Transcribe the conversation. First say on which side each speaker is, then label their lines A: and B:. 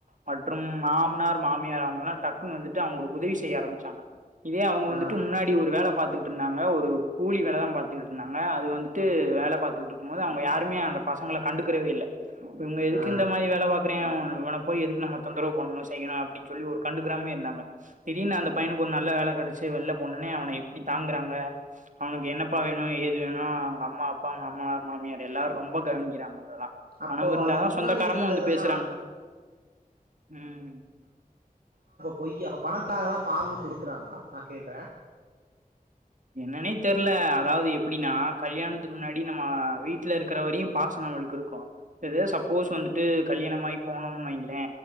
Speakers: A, on the right; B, on the right.
A: மற்றும் மாமனார் மாமியார் அவங்க எல்லா டக்குன்னு வந்துட்டு அவங்களுக்கு உதவி செய்ய ஆரம்பிச்சாங்க இதே அவங்க வந்துட்டு
B: ஆ
A: முன்னாடி ஒரு வேல பாத்துட் ட்ருந்தாங்க ஒரு கூலி வேலதாம் பாத்துட்டு இருந்தாங்க அது வந்துட்டு வேல பாத்துகுட்ருக்கும் போது அவங்க யாருமே அந்த பசங்கள கண்டுக்கறவே இல்ல இவங்க எதுக்கு
B: ஆ ஆ
A: இந்த மாரி வேல பாக்குறயேன் இவன போய் எதுக்கு நம்ம தொந்தரவு பண்ணனு செய்யணு அப்டின் சொல்லி ஒரு கண்டுக்கிராமே இருந்தாங்க திடீர்னு அந்த பையனுக்கு ஒரு நல்ல வேல கெடச்சு வெள்ல போனோனே அவன எப்டி தாங்குறாங்க அவனுக்கு என்னப்பா வேணு ஏது வேணு அவங்க அம்மா அப்பா மாமனார் மாமியார் எல்லாரு ரொம்ப கவனிக்கிறாங்க அதெல்லா
B: அப்போ
A: பணமிருந்தாதா
B: அதுக்கு முன்னாடி
A: சொந்தக்காரமு
B: இருந்ததெல்லா
A: வந்து பேசுறாங் ம்
B: பொய்யு அப்ப பணத்தாகதா ஃபாமு குடுக்குறாங்களா நா கேக்குற
A: என்னன்னே தெர்ல அதாவது எப்டின்னா கல்யாணத்துக்கு முன்னாடி நம்ம வீட்ல இருக்குற வரையு பாசம் நம்மளுக்கு இருக்கு இதே சப்போஸ் வந்துட்டு கல்யாணம் ஆயி போனோம்னு வெயிங்களே